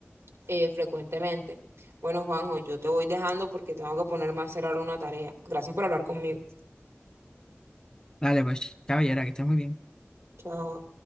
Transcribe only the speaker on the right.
eh, frecuentemente. Bueno, Juanjo, yo te voy dejando porque tengo que ponerme a hacer ahora una tarea. Gracias por hablar conmigo.
Chao.